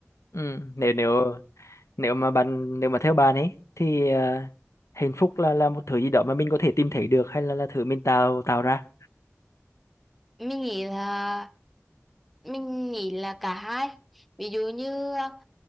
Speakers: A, on the left (about 70°); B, in the centre.
A: Ừ, nếu nếu nếu mà bạn nếu mà theo bạn ấy thì ờ, hạnh phúc là là một thứ gì đó mà mình có thể tìm thấy được hay là là thứ mình tạo tạo ra
B: mình nghĩ là mình nghĩ là cả hai ví dụ như ờ,